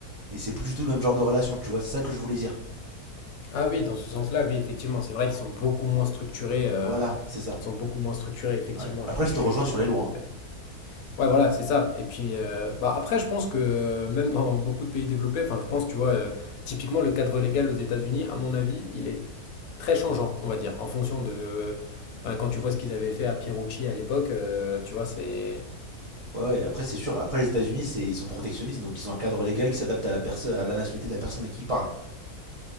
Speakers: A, on the right; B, on the left.
A: et c'est plus du tout le même genre de relation, tu vois, c'est ça que je voulais dire.
B: Ah oui, dans ce sens-là, oui, effectivement, c'est vrai qu'ils sont beaucoup moins structurés, heu,
A: Voilà, c'est ça.
B: ils sont beaucoup moins structurés, effectivement,
A: Ouais. Après
B: je suis
A: je
B: je
A: te rejoins
B: je
A: sur les
B: je
A: lois.
B: suis assez
A: hein.
B: d'accord. Ouais, voilà, c'est ça et puis, heu, bah, après je pense que euh, même dans beaucoup de pays développés, enfin je pense, tu vois, heu, typiquement le cadre légal aux États-Unis, à mon avis, il est très changeant, on va dire, en fonction de, heu, bah, quand tu vois ce qu'ils avaient fait à Pierucci à l'époque, heu, tu vois, c'est
A: Ouais, ouais, après c'est sûr, après les États-Unis c'est, ils sont protectionnistes donc ils ont un cadre légal qui s'adapte à la personne, à la nationalité de la personne à qui ils parlent.